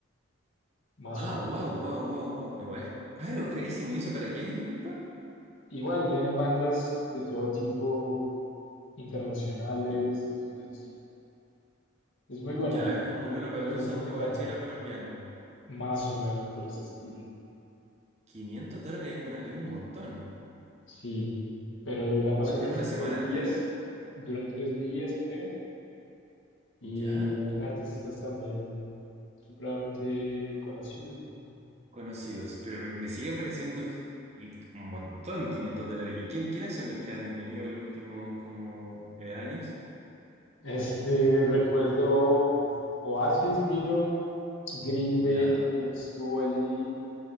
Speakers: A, on the left; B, on the right.
A: más
B: Ah,
A: o menos.
B: wow, wow, wow, wow. Igual es caro, carísimo. ¿Y eso para qué es, disculpa?
A: Igual vienen bandas de todo tipo, internacionales,
B: Y-
A: es- Es muy bueno,
B: ya, es
A: es
B: como
A: muy bueno,
B: un Lollapalooza,
A: pero es bastante
B: un Coachella
A: caro.
B: colombiano.
A: Más o menos por ese estilo.
B: quinientos dólares es una, es un montón.
A: Sí, pero dura más
B: ¿Y cuánto-
A: o menos
B: es una semana
A: tres
B: entera?
A: días. Dura tres días, creo. Y
B: ¿Ya?
A: vienen artistas también supremamente conocidos, ¿no?
B: Conocidos, pero me me sigue pareciendo y un montón 500 dólares. ¿Y quién, quiénes son los que han venido en los últimos como eh, años?
A: Este, recuerdo Oasis vino, Green
B: Ya,
A: Day también estuvo allí.